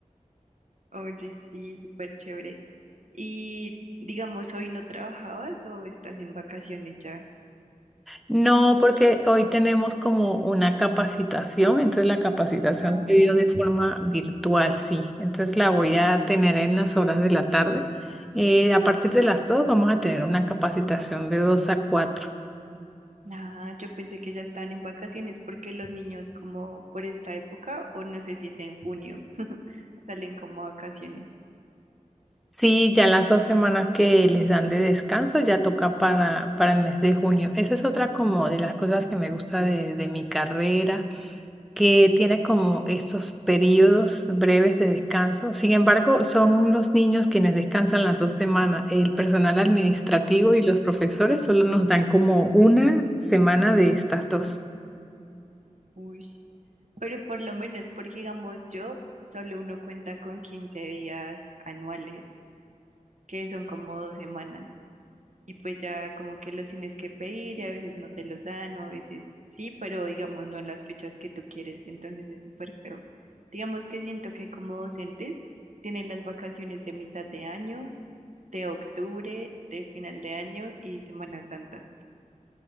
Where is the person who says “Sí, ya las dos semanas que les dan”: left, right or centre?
Centre